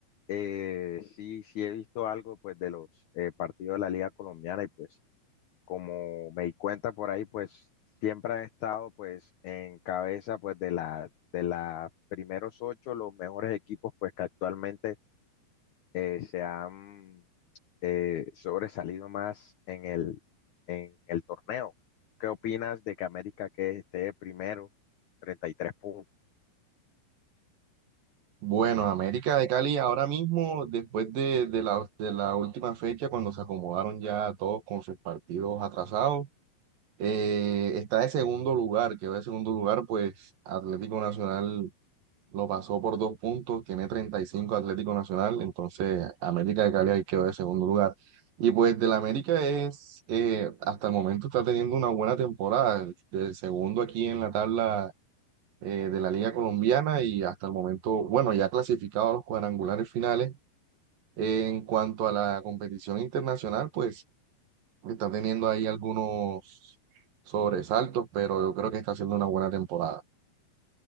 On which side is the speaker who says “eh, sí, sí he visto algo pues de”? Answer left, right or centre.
Left